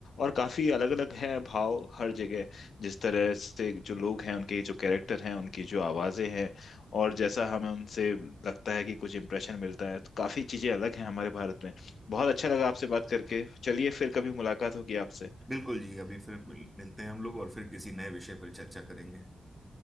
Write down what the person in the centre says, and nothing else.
बिल्कुल जी अभी फिर मिल, मिलते हैं हम लोग और फिर किसी नए विषय पर चर्चा करेंगे